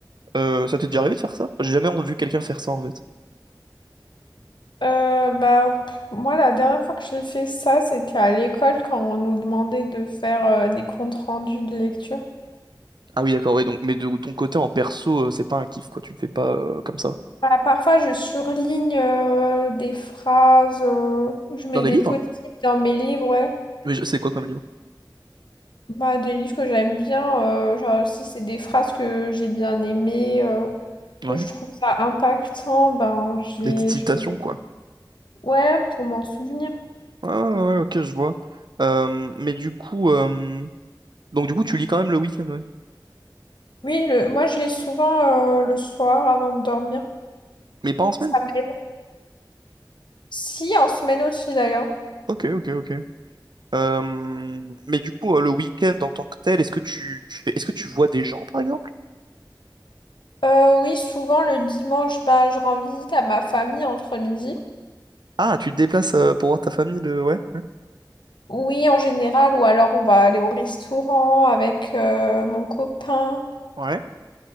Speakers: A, on the right (about 70°); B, on the left (about 85°).
A: Euh, ça t'est déjà arrivé de faire ça? J'ai jamais vu quelqu'un faire ça en fait.
B: Euh, bah, pff, moi, la dernière fois que j'ai fait ça, c'était à l'école quand on nous demandait de faire euh, des comptes rendus de lecture.
A: Ah oui, d'accord, oui, donc, mais de ton côté en perso, euh, c'est pas un kiff quoi, tu le fais pas euh, comme ça.
B: Bah, parfois, je surligne euh, des phrases, euh, je mets
A: Dans des
B: des
A: livres?
B: post-it dans mes livres, ouais.
A: Mais je- c'est quoi comme livre?
B: Bah, des livres que j'aime bien, euh, genre si c'est des phrases que j'ai bien aimées, euh, que
A: Ouais.
B: je trouve ça impactant, ben, je vais,
A: Des petites citations
B: je vais...
A: quoi.
B: Ouais, pour m'en souvenir.
A: Ah ouais, ok, je vois. Euh, mais du coup, euh, donc du coup, tu lis quand même le week-end, ouais.
B: Oui, le- moi, je lis souvent euh, le soir avant de dormir.
A: Mais pas en semaine?
B: Ça m'aide. Si, en semaine aussi d'ailleurs.
A: Ok, ok, ok. Euh, mais du coup, euh, le week-end en tant que tel, est-ce que tu, tu fais, est-ce que tu vois des gens, par exemple?
B: Euh, oui, souvent le dimanche, bah, je rends visite à ma famille entre midi.
A: Ah, tu te déplaces euh, pour voir ta famille le... Ouais.
B: Oui, en général, ou alors on va aller au restaurant avec euh, mon copain.
A: Ouais.